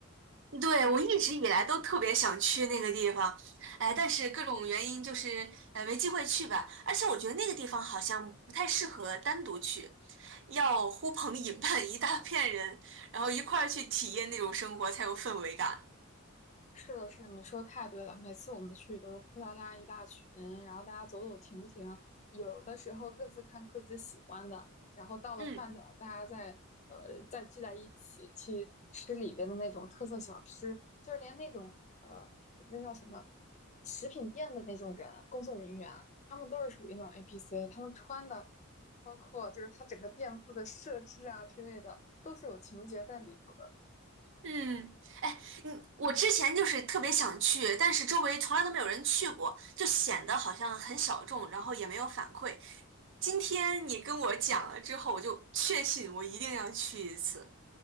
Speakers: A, on the right; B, on the left.
A: 嗯，对，我一直以来都特别想去那个地方，哎，
B: 嗯。
A: 但是各种原因就是呃没机会去吧。而且我觉得那个地方好像不太适合单独去，要呼朋引伴一大片人，然后一块儿去体验那种生活才有氛围感。
B: 是的，是的你说太对了。每次我们去都是呼啦啦一大群，然后大家走走停停，有的时候各自看各自喜欢的，然后到了饭点儿，
A: 嗯。
B: 大家再呃再聚在一起去吃里边的那种特色小吃，就是连那种呃那叫什么食品店的那种人，工作人员，他们都是属于那种 A p c 他们穿的，包括就是他整个店铺的设置啊之类的，都是有情节在里头的。
A: 嗯，哎，嗯，我之前就是特别想去，但是周围从来都没有人去过，就显得好像很小众，然后也没有反馈。今天你跟我讲了之后，我就确信我一定要去一次。